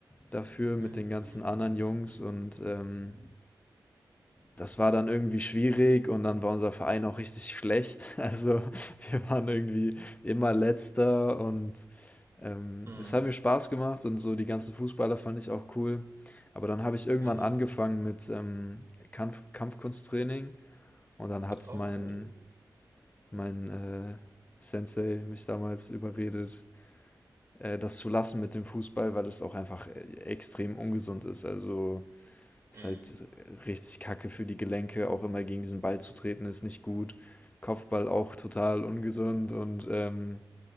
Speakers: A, on the left; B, on the right.
A: dafür mit
B: Mhm.
A: den ganzen anderen Jungs und ähm, Das war dann irgendwie schwierig und dann war unser Verein auch richtig schlecht. <laughs> Also wir waren irgendwie immer Letzter und ähm,
B: Mhm.
A: das hat mir Spaß gemacht und so die ganzen Fußballer fand ich auch cool. Aber dann habe ich irgendwann
B: Mhm.
A: angefangen mit ähm, Kampf Kampfkunsttraining und dann hat
B: Oh,
A: mein,
B: cool.
A: mein äh, Sensei mich damals überredet, äh, das zu lassen mit dem Fußball, weil es auch einfach äh, extrem ungesund ist. Also ist
B: Mhm.
A: halt richtig kacke für die Gelenke, auch immer gegen diesen Ball zu treten, ist nicht gut. Kopfball auch total ungesund und ähm,